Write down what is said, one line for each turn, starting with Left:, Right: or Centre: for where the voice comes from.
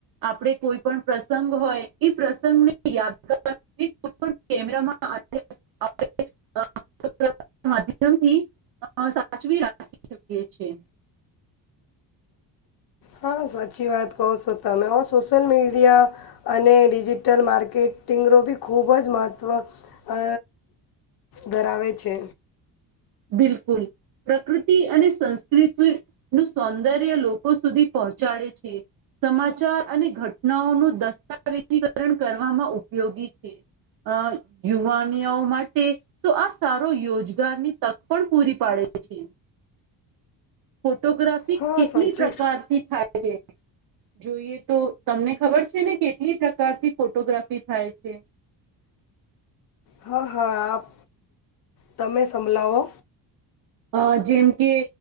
Right: આપણેે કોઈ પણ પ્રસંગ હોય એ પ્રસંગની યાદગાર <inaudible> કેમેરામાં <inaudible> <unintelligible> માધ્યમથી અ સાચવી રાખી શકીએ છે
Left: હા સાચી વાત કહો છો તમે મેં ઓ સોશિયલમીડિયા અને ડિજિટલ માર્કેટિંગ રો બી ખૂબ જ મહત્ત્વ અ ધરાવે છે.
Right: બિલકુલ પ્રકૃતિ અને સંસ્કૃતિનું સૌંદર્ય લોકો સુધી પહોંચાડે છે. સમાચાર અને ઘટનાઓનું દસ્તાવેજીકરણ કરવામાં ઉપયોગી છે. અ યુવાનીયાઓ માટે તો આ સારો યોજગારની તક પણ પૂરી પાડે છે. ફોટોગ્રાફી
Left: હા
Right: કેટલી
Left: સાચી
Right: પ્રકારથી થાય છે. જોઈએ તો તમને ખબર છે ને કેટલી પ્રકારથી ફોટોગ્રાફી થાય છે.
Left: હા હા આપ તમે સંભળાવો.
Right: અ જેમ કે